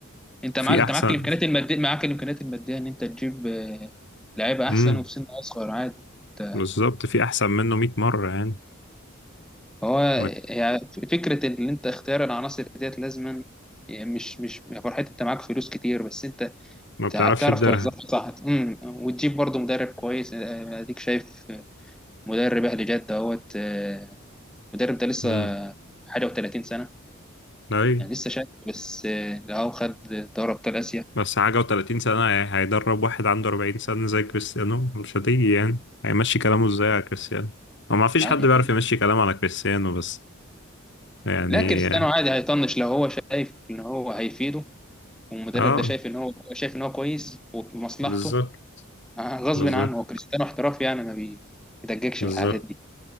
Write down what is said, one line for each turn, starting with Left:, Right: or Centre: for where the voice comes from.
Centre: انت
Left: في
Centre: معاك انت
Left: احسن
Centre: معاك الامكانيات المادية معاك الامكانيات المادية ان انت تجيب آه، لعيبة
Left: امم
Centre: احسن وفي سن اصغر عادي انت
Left: بالظبط في احسن منه 100 مره يعني
Centre: هو
Left: ما
Centre: يعني فكرة ان انت اختيار العناصر ديت لازما يعني مش مش يا فرحتي انت معاك فلوس كتير بس انت
Left: ما بتعرفش
Centre: تع- تعرف
Left: تديرها
Centre: توظفها صح امم وتجيب برضه مدرب كويس آه، اديك شايف آه، مدرب اهلي جدة اهوت آه، المدرب ده لسه
Left: امم
Centre: حاجة و30 سنة
Left: اي
Centre: يعني لسه شايف بس آه، لو هو خد دوري ابطال اسيا
Left: بس حاجه و30 سنه هي- هيدرب واحد عنده 40 سنه زي كريستيانو مش هتيجي يعني هيمشي كلامه ازاي على كريستيانو هو ما فيش
Centre: عادي
Left: حد بيعرف
Centre: يعني
Left: يمشي كلامه على كريستيانو بس يعني
Centre: لا كريستيانو عادي هيطنش لو هو شايف ان هو هيفيده والمدرب
Left: اه
Centre: ده شايف ان هو شايف ان هو كويس وفي مصلحته
Left: بالظبط
Centre: آه، غصب
Left: بالظبط
Centre: عنه هو كريستيانو احترافي يعني ما بيدققش
Left: بالظبط
Centre: في الحاجات دي